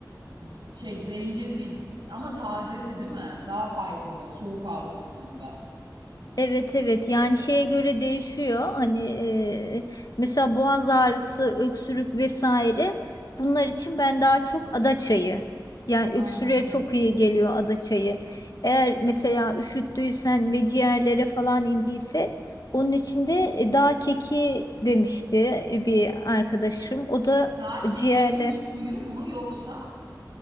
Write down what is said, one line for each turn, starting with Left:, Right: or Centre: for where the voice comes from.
Right: z- şey zencefil ama tazesi değil mi? Daha faydalı soğuk algınlığında.
Left: Evet evet yani şeye göre değişiyor hani e, mesela boğaz ağrısı öksürük vesaire bunlar için ben daha çok ada çayı yani öksürüğe
Right: Ha.
Left: çok iyi geliyor ada çayı eğer mesela üşüttüysen ve ciğerlere falan indiyse onun için de e, dağ keki demişti e, bir arkadaşım o da
Right: Peki daha kekiğin
Left: ciğerler
Right: suyu mu yoksa